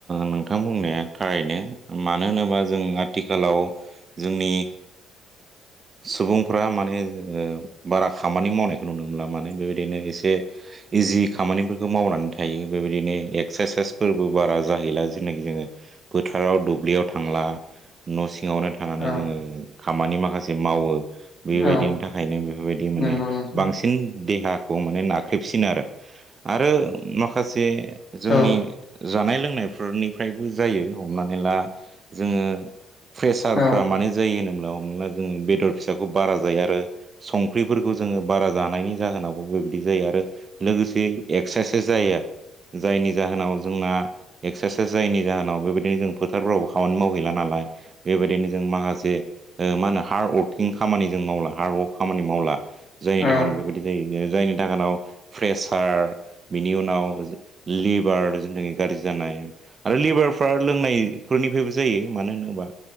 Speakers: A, on the right; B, on the left.
A: नोंथां बुंनाया थारैनो मानो होनोबा जों आथिखालाव जोंनि सुबुंफ्रा माने बारा खामानि मावनायखौ नुनो मोनला माने बेबायदिनो इसे इजि खामानिफोरखौ मावनानै थायो बेबायदिनो एक सेसफोरबो बारा जाहैला जेनाखि जोङो फोथाराव दुब्लियाव थांला न' सिङावनो थानानै
B: औ
A: जोङो खामानि माखासे मावो बेबायदिनि
B: औ
A: थाखायनो बेफोरबायदि माने
B: नंगौ नोंथां
A: बांसिन देहाखौ माने नाख्रेबसिन आरो आरो माखासे जोंनि
B: औ
A: जानाय लोंनायफोरनिफ्राय जायो हमनानै ला जोङो प्रेसारफ्रा
B: औ
A: मानोे जायो होनोब्ला हमना ला जोङो बेदर फिसाखौ बारा जायो आरो संख्रिफोरखौ जोङो बारा जानायनि जाहोनावबो बेबायदि जायो आरो लोगोसे एक्सारसाइस जाया जायनि जाहोनाव जोंना एक्सारसाइस जायनि जाहोनाव बेबायदिनो जों फोथारफोरावबो खामानि मावहैला नालाय बेबायदिनो जों माखासे मा होनो हार्डवर्किं खामानि जों मावला हार्डवर्क खामानि मावला जायनि
B: औ
A: थाखायनाव बेफोरबायदि जायो जायनि थाखायनाव प्रेसार बिनि उनाव लेबार जोंनि थाखाय गाज्रि जानाय आरो लेबारफ्रा लोंनायफोरनिफ्रायबो जायो मानो होनोबा